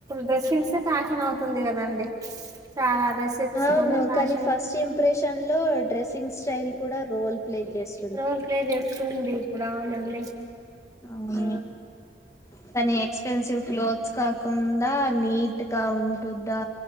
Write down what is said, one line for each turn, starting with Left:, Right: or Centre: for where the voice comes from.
Right: డ్రెస్సింగ్స్ ఫ్యాషన్ అవుతుంది కదండి చాలా డ్రెస్ సక్స్ను
Left: అవును,
Right: ఫ్యాషన్
Left: కానీ ఫస్ట్ ఇంప్రెషన్ లో డ్రెస్సింగ్ స్టైల్ కూడా రోల్ ప్లే చేస్తు
Right: రోల్ ప్లే చేస్తుంది ఇప్పుడు అవునండి
Left: అవు
Right: ఆ
Left: కానీ ఎక్స్పెన్సివ్ క్లోత్స్ కాకుండా నీట్ గా ఉంటుందా